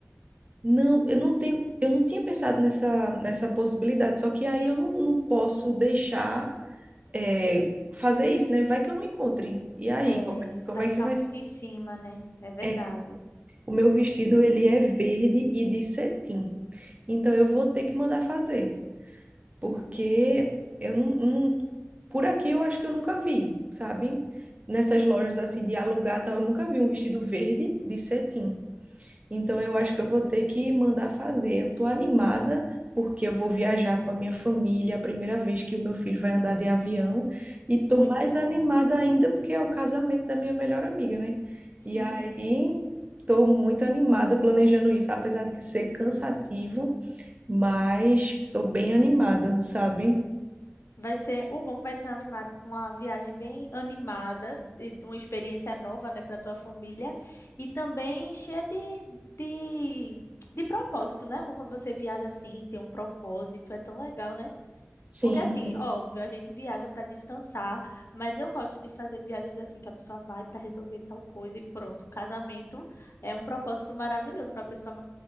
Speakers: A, on the right; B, on the left.
A: Não, eu não tenho, eu não tinha pensado nessa, nessa possibilidade, só que aí eu não, não posso deixar, é, fazer isso, né? Vai que eu não encontre. E aí,
B: É,
A: como, é, como
B: vai
A: é
B: ficar
A: que vai
B: muito
A: ser?
B: em cima, né? É verdade.
A: É, o meu vestido, ele é verde e de cetim. Então, eu vou ter que mandar fazer. porque eu não, não- por aqui eu acho que eu nunca vi, sabe? Nessas lojas assim de alugar, tá, eu nunca vi um vestido verde de cetim. Então eu acho
B: É
A: que eu vou ter que mandar fazer. Eu tô animada porque eu vou viajar com a minha família, a primeira vez que o meu filho vai andar de avião, e tô
B: muito
A: mais
B: bom.
A: animada ainda porque é o casamento da minha melhor amiga, né?
B: Sim.
A: E aí tô muito animada planejando isso, apesar de que ser cansativo, mas tô bem animada, sabe?
B: Vai ser, o bom é que vai ser animado, uma viagem bem animada, e uma experiência nova, né, para tua família e também cheia de, de, de propósito, né? É Bom, quando você viaja assim, tem um propósito, é tão legal, né?
A: Sim,
B: Porque assim,
A: sim,
B: óbvio, a gente viaja para descansar, mas eu gosto de fazer viagens assim que a pessoa vai para resolver tal coisa e pronto. O casamento é um propósito maravilhoso para pessoa,